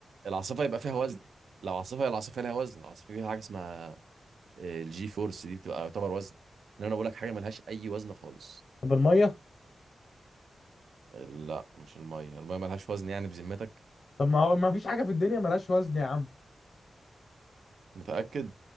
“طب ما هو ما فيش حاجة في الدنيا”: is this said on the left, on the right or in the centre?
Left